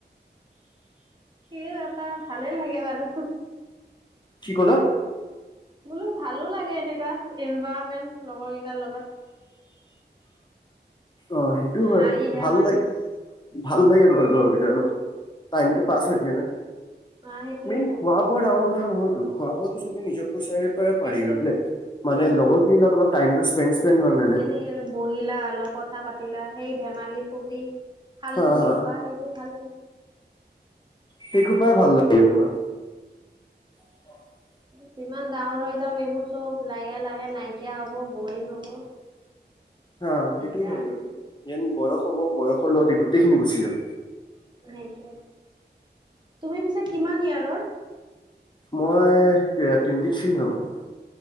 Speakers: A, on the right (about 25°); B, on the left (about 25°).
A: ইউহ এটা ভালেই লাগে বাৰু
B: কি ক'লা?
A: বোলো ভালো লাগে এনেকুৱা এনভাইৰণমেন্ট লগৰ কেইটাৰ লগত
B: অ সেইটো হয়
A: হাঁহি ধেমালি
B: ভাল লাগে ভাল লাগে তহ লগৰকেইটাৰ লগত। টাইমটো
A: উম
B: পাছ হৈ যায় নহ
A: অ সেইটোয়ে
B: মেইন খোৱা বোৱা ডাঙৰ হ'লে অহ হয়তো খোৱা বোৱা তহ চবে নিজৰ পইচাৰে পৰা
A: সেইটোয়ে
B: পাৰি গৈ বোলে মানে
A: উম
B: লগৰখিনি লগত অলপ টাইমটো স্পেন স্পেন হৈ মানে
A: এনেই আৰু বহিলা, অলপ কথা পাতিলা। সেই ধেমালি ফূৰ্তি ভাল
B: হা
A: তুমিও
B: হা
A: পোৱা। সেইবোৰ ভাল
B: সেই খোপাই ভাল লাগে তোমাৰ। <unintelligible>
A: যিমান ডাঙৰ হৈ যাম এইবোৰ চব লাহে লাহে নাইকিয়া হব বৰিং হব।
B: হা সেইটোও
A: দিগদাৰ
B: হয় গ যেন বয়স হ'ব বয়সৰ লগতে গোটেই খিনি গুচি যাব
A: সেইটোৱে তুমি পিছে কিমান ইয়েৰৰ?
B: মই টুৱেন্টি থ্ৰী হয় মই